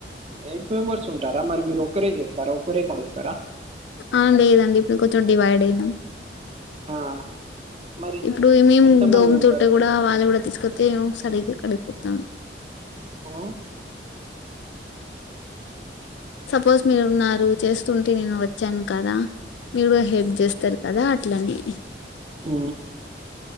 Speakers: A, on the right; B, on the left.
A: ఎయిట్ మెంబర్స్ ఉంటారా మరి మీరు ఒక్కరే చెప్తారా ఒకరే కడుగుతారా
B: ఆ లేదండి ఇప్పుడు కొంచెం డివైడ్ అయినాం
A: ఆ మరి
B: ఇప్పుడు మేము
A: ఎంతమంది
B: దోమ్తుంటె
A: ఉంటారు
B: కూడా వాళ్ళ కూడా తీసుకొస్తే సరిగ్గా కడిగిపోతాం
A: హాలొ
B: సపోజ్ మీరు ఉన్నారు చేస్తుంటే నేను వచ్చాను కదా మీరు హెల్ప్ చేస్తారు కదా అట్లనే
A: ఊ